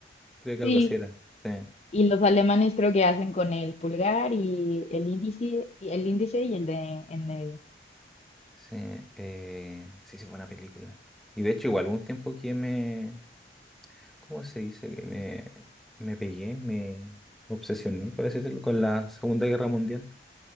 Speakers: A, in the centre; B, on the left.
A: Creo que
B: Sí,
A: algo así era. Sí,
B: y los alemanes creo que hacen con el pulgar y el índice y el índice y el de en medio.
A: sí, eh, sí, sí, buena película. Y de hecho, igual hubo un tiempo que me, ¿cómo se dice? Que me, me pegué, me obsesioné, por así decirlo, con la Segunda Guerra Mundial,